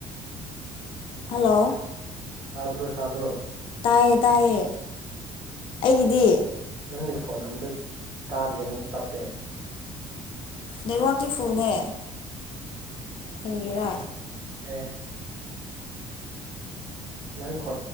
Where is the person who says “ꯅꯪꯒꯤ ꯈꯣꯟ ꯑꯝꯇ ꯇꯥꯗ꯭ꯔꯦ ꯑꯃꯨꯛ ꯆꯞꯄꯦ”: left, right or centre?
Right